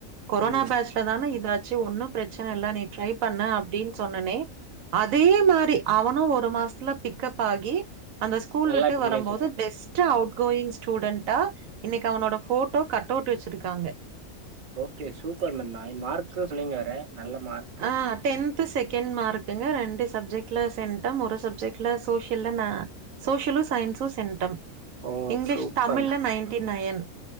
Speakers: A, on the right; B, on the right.
A: கொரோனா
B: ம்
A: பேஞ்சுல தானே இததாச்சு ஒன்னு பிரச்சன இல்ல நீ ட்ரை பண்ணு அப்டின்னு சொன்னனே அதே மாரி அவனு ஒரு மாசத்துல பிக்கப் ஆகி அந்த ஸ்கூல்
B: நல்லா
A: விட்டு
B: இப்ப
A: வரும்போது
B: பண்ணிட்ருக்கோ
A: பெஸ் அவுட் கோயிங் ஸ்டூடண்டா இன்னைக்கு அவனோட போட்டோ கட் அவுட் வச்சிருக்காங்க
B: ஓகே சூப்பர் மேம் நா மார்கு சொன்னிங்க வேற நல்ல மார்க்
A: ஆ டென்த் செகண்ட் மார்குங்க ரெண்டு சப்ஜெக்ட்ல சென்டம் ஒரு சப்ஜெக்ட்ல சோசியல்ல நா சோசியலு சயின்ஸு சென்டம்
B: ஓ
A: இங்கிலீஷ்
B: சூப்பர்ண்ண
A: தமிழ்ல நைன்டி நையன்